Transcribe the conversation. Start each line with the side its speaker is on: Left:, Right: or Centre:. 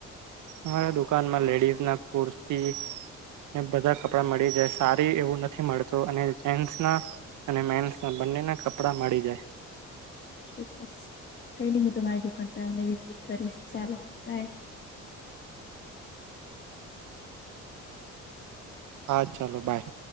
Right: અમારા દુકાનમાં લેડીઝ ના કુર્તી. ને બધા કપડા મળી જાય સારી એવું નથી મળતું અને જેન્ટ્સ ના અને મેન્સના બંને ના કપડા મળી જાય.
Left: ચોક્કસ કઈ નઈ હું તમારી દુકાન પર આવીને વિઝિટ કરીશ. ચાલો બાય.
Right: હા ચાલો બાય.